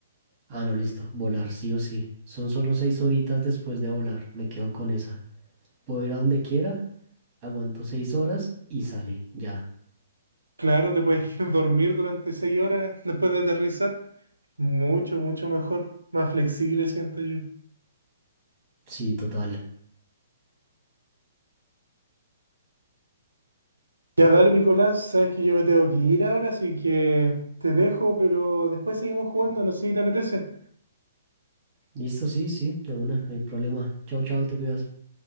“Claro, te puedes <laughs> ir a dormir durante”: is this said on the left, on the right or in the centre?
Right